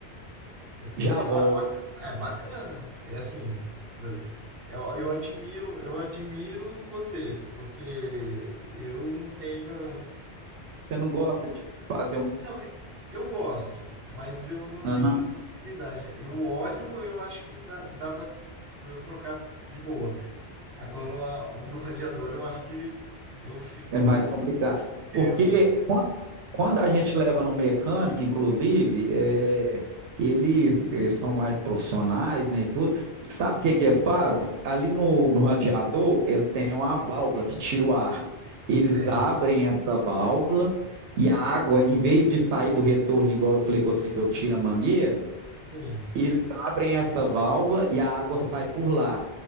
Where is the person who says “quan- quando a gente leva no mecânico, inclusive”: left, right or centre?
Right